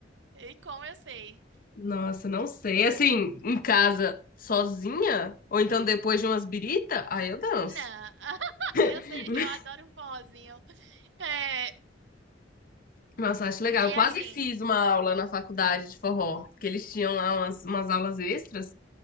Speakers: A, on the right; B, on the left.
A: e como eu sei.
B: Nossa, não sei. Assim, em casa, sozinha, ou então depois de umas birita, aí eu danço.
A: Não, <laughs> eu
B: <laughs>
A: sei, eu adoro um forrozinho. É,
B: Nossa, acho
A: e,
B: legal. Eu
A: e é
B: quase
A: assim,
B: fiz uma aula na faculdade de forró, porque eles tinham lá umas, umas aulas extras.